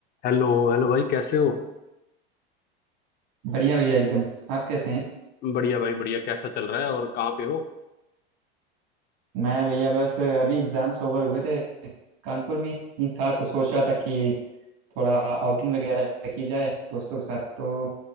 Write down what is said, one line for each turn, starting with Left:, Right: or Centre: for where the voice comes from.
Left: Hello hello भाई कैसे हो
Right: बढ़िया भैया एकदम आप कैसे हैं
Left: बढ़िया भाई बढ़िया कैसा चल रहा है और कहाँ पे हो
Right: मैं भैया बस अभी एग्जाम्स ओवर हुए थे कानपुर में ही था तो सोच रहा था कि थोड़ा आउटिंग वगैरह की जाए दोस्तों के साथ तो